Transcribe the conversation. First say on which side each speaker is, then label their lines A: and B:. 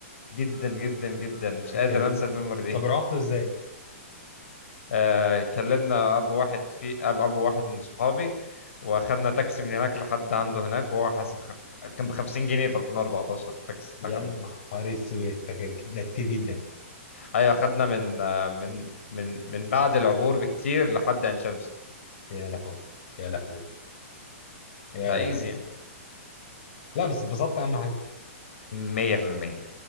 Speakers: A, on the left (about 65°); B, on the left (about 40°).
A: جدا جدا جدا مش قادر
B: كان يوم
A: انسى الميموري دي
B: طب روحته ازاي؟
A: آه كلمنا ابو واحد في اب ابو واحد من صحابي واخدنا تاكسي من هناك لحد عنده هناك وهو حاسب خ... كان ب 50 جنيه في 2014 التاكسي اللي
B: يا
A: اخدنا
B: نهار اسود ده كان- ده كتير جدا
A: ايوه اخدنا من آه، من من من بعد العبور بكتير لحد عين شمس
B: يا لهوي يا لهوي يا
A: فايزي
B: لهوي لا بس اتبسطت اهم حاجه
A: 100%